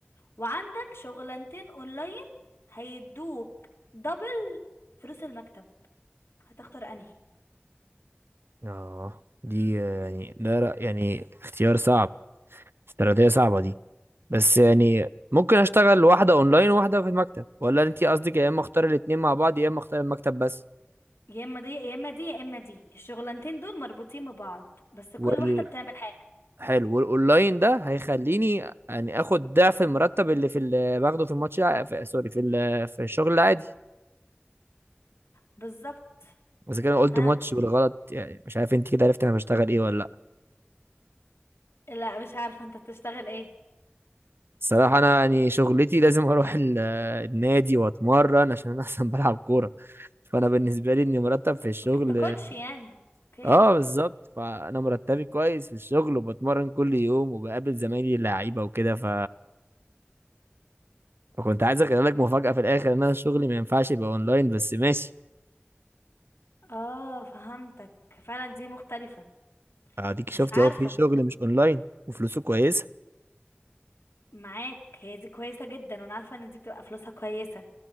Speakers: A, on the left; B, on the right.
A: وعندك شغلانتين اونلاين هيدوك دبل فلوس المكتب هتختار انهي
B: اه دي آه، يعني ده رأ- يعني اختيار صعب استراتيجية صعبة دي بس يعني ممكن اشتغل واحدة اونلاين وواحدة في المكتب ولا انت قصدك يا اما اختار الاتنين مع بعض يا اما اختار المكتب بس
A: يا اما دي يا اما دي يا اما دي الشغلانتين دول مربوطين ببعض بس كل
B: وال...
A: واحده بتعمل حاجه
B: حلو والاونلاين ده هيخليني يعني اخد ضعف المرتب اللي في ال... باخده في الماتش الع- في... سوري في ال... في الشغل العادي
A: بالظبط
B: بس كده أنا قلت
A: ها
B: ماتش بالغلط يعني مش عارف انت كده عرفت انا بشتغل ايه ولا
A: لا مش عارفه انت بتشتغل ايه
B: الصراحة أنا يعني شغلتي لازم أروح ال- النادي وأتمرن عشان أنا <laughs> أصلا بلعب كورة فأنا بالنسبة لي إني مرتب في الشغل
A: اوكي انت كوتش يعني اوكي
B: أه بالظبط فأنا مرتبي كويس في الشغل وبتمرن كل يوم وبقابل زمايلي اللعيبة وكده ف... فكنت عايز أخلي لك مفاجأة في الآخر إن أنا شغلي ما ينفعش يبقى أونلاين بس ماشي
A: اه فهمتك فعلا دي مختلفه
B: أديك شفتي
A: مش عارفه
B: أهو في شغل مش أونلاين وفلوسه كويسة
A: معاك هي دي كويسه جدا وانا عارفه ان دي بتبقى فلوسها كويسه